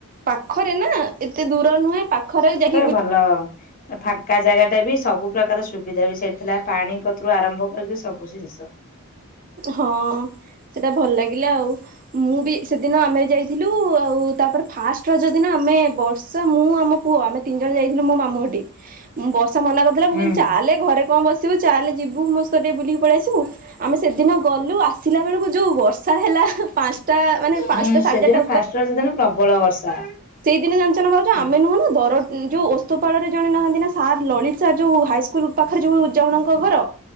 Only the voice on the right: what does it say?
ପାଖରେ ନାଁ ଏତେ ଦୂର ନୁହେଁ ପାଖରେ ଯାଇକି ବୁ
ହଁ ସେଟା ଭଲ ଲାଗିଲା ଆଉ ମୁଁ ବି ସେଦିନ ଆମେ ଯାଇଥିଲୁ। ଆଉ ତାପରେ ଫାଷ୍ଟ ରଜ ଯଦି ଆମେ ବର୍ଷା ମୁଁ ଆମ ପୁଅ ଆମେ ତିନି ଜଣ ଯାଇଥିଲୁ ମୋ ମାମୁଁହଟି। ବର୍ଷା ମନା କରଥୁଲା ମୁଁ
କଇଲି ଚାଲେ ଘରେ କଁ ବସିବୁ ଚାଲେ ଯିବୁ ମୋ ସତ ଟିକେ ବୁଲିକି ପଳିଆସିବୁ ଆମେ ସେଦିନ ଗଲୁ ଆସିଲା ବେଳୁକୁ ଯୋଉ ବର୍ଷା ହେଲା ପାଁଶଟା ମାନେ ପାଞ୍ଚଟା
ସାଢେ
ଚାରିଟା
ସେଇ ଦିନ ଜାଣିଚ ନାଁ ଭାଉଜ
ଆମେ ନୁହଁ ନାଁ ଦର ଯୋଉ ଓସ୍ତପାଳରେ ଜଣେ ନାହାନ୍ତି ନାଁ ସାର୍ ଲଳିତ ସାର୍ ଯୋଉ ହାଇ କୁଲ୍ ପାଖରେ ଯୋଉ ଜଣଙ୍କ ଘର